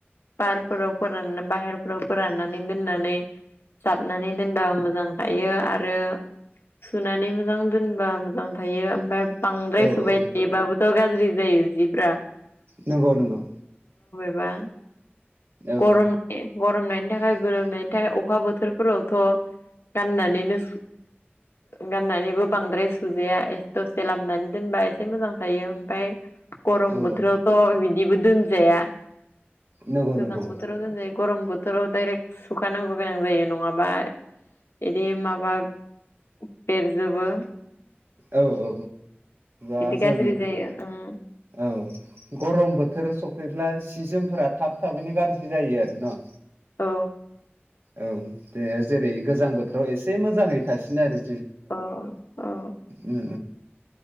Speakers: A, on the left; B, on the right.
A: पारफोराव फोरान बाहेर फ्राव फोराननानै दोननानै जाबनानै दोनबा मोजां थायो आरो सुनानै मोजां दोनबा मोजां थायो ओमफ्राय बांद्राय
B: औ
A: सुबाय
B: औ
A: थायोबाबोथ' गाज्रि जायो जिफ्रा
B: नंगौ नंगौ
A: बा
B: औ
A: गरम गरमनाय नि थाखाय गोरोमनायनि थाखाय अखा बोथोरफोरावथ' गाननानैनो गाननानैबो बांद्राय सुजाया दसे लामनानै दोनबा एसे मोजां थायो ओमफफ्राय गरम
B: औ
A: बोथोरावथ' बिदिबो दोनजाया
B: नंगौ
A: गोजां
B: नंगौ
A: बोथोराव दोनजायो गरम बोथोराव डायरेक्ट सुखानांगौ गोनां जायो नङाबा बिदि माबा बेरजोबो
B: औ औ औ
A: बिदि
B: ज ज
A: गाज्रि जायो ओं
B: औ गरम बोथोर स फैब्ला सि जोमफोरा थाब थाबैनो गाज्रि जायो आरो न
A: औ
B: औ दे जेरै गोजां बोथोराव एसे मोजाङै थासिन आरो
A: अ अ
B: उ